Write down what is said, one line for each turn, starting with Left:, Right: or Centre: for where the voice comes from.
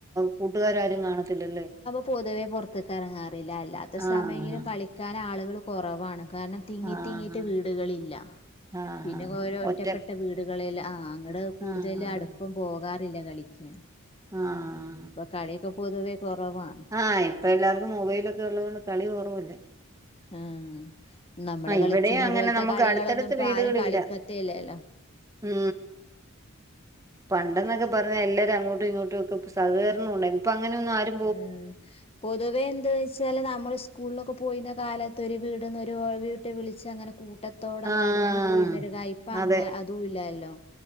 Right: കൂട്ടുകാരാരും കാണത്തില്ലല്ലേ
Left: പൊത് വെ പുറത്ത്‌ക്ക് എറങ്ങാറില്ല അല്ലാത്ത സമയ്ങ്കിലും
Right: ആഹ്
Left: കളിക്കാനാള്കള് കൊറവാണ് കാരണം തിങ്ങി
Right: ആഹ്
Left: തിങ്ങീട്ട് വീട്കളില്ല
Right: ആഹ്
Left: പിന്നെ ഓരോ ഒറ്റപ്പെട്ട
Right: ഒറ്റ
Left: വീടുകളെല ആഹ് ഇവട കൂടുതല്
Right: ആഹ്
Left: അടുപ്പം പോകാറില്ല കളിക്കാൻ
Right: ആഹ് ആഹ്
Left: ഇപ്പ കളിയ്ക്കെ പൊതുവേ തൊറവാണ്
Right: ആഹ് ഇപ്പ എല്ലാർക്കും മൊബൈലൊക്കെ ഒള്ളത് കൊണ്ട് കളി കൊറവല്ലേ
Left: ആഹ് നമ്മള്
Right: ആഹ്
Left: കളിച്ചീന്ന
Right: ഇവിടെയും അങ്ങനെ
Left: പോൽത്ത
Right: നമുക്ക്
Left: കളികളൊന്നും
Right: അടുത്തടുത്ത്
Left: ഇപ്പ
Right: വീടുകളില്ല
Left: ആരും കളിക്കത്തില്ലല്ലോ
Right: ഉം പണ്ടെന്നക്കെ പറഞ്ഞാ എല്ലരും അങ്ങോട്ടും ഇങ്ങോട്ടും ഒക്ക സഹകരണം ഉണ്ടാരുന്നു പ്പ അങ്ങനെ ഒന്നുംആരും
Left: ഉം പൊതുവെ എന്തോന്ന വച്ചൽ നമ്മള് സ്കൂളിലൊക്കെ പോയിന്ന കാലത്ത് ഒരു വീട്ന്ന് ഒരു വീട്ടിൽ വിളിച്ചച്ച് അങ്ങനെ കൂട്ട ത്തോട
Right: ആഹ്
Left: നടന്ന് പോയിരുന്നൊരു ത ഇപ്പ
Right: അതെ
Left: അ അതൂല്ലല്ലോ